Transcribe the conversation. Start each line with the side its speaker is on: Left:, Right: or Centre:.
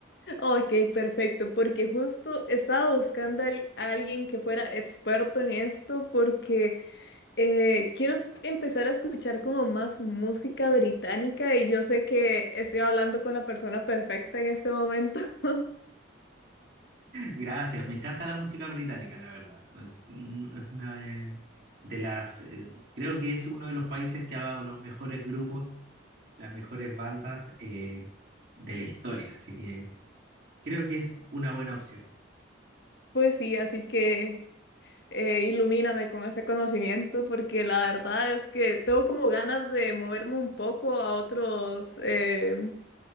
Left: ok, perfecto, porque justo estaba buscando al- a alguien que fuera experto en esto, porque eh, quiero es- empezar a escuchar como más música británica y yo sé que estoy hablando con la persona perfecta en este momento. <laughs>
Right: Gracias, me encanta la música británica, la verdad. Es, un- es una de, de las, eh, creo que es uno de los países que ha dado los mejores grupos las mejores bandas eh, de la historia. Así que creo que es una buena opción.
Left: Pues sí, así que eh, ilumíname con ese conocimiento, porque la verdad es que tengo como ganas de moverme un poco a otros, em,